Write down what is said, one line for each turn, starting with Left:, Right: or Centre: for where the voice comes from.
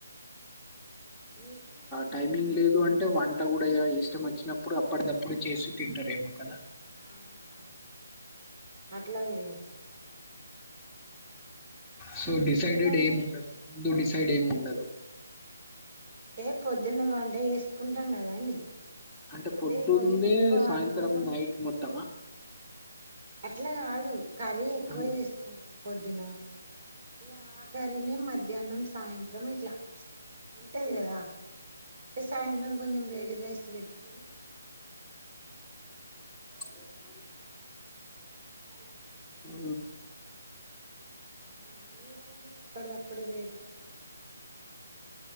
Right: మీకు
Centre: టైమింగ్ లేదు ఎ అంటే వంట కూడా ఇష్టం వచ్చినప్పుడు అప్పటిదప్పుడు చేసి తింటారేమో కదా
Right: అవును అవును అట్లా తింటాం
Centre: సో డిసైడడ్
Right: మీరండి
Centre: ఏంట ఎందుకు డిసైడ్ ఏం ఉండదు
Right: అంటే పొద్దున్న వంట చేసుకుంటాం కదా అండి
Centre: అంటే
Right: అదే
Centre: పొద్దుందే
Right: కొంచెం ఎక్కువ
Centre: సాయంత్రం
Right: వండుకుంటాం
Centre: నైట్ మొత్తమా
Right: అట్లా కాదు కర్రీ ఎక్కువ
Centre: హ్మ్.
Right: చేసుకుంటాం పొద్దున ఇక కర్రీనే మధ్యాహ్నం సాయంత్రం ఇట్లా ఉంటది కదా సాయంత్రం కొంచెం వేడి రైస్ పెట్టుకొని
Centre: ఓ
Right: హలో
Centre: ఉ
Right: ఆ మీరండి ఎప్పటిదప్పుడు వేడి వేడిగా వాడుకని ఉంటదా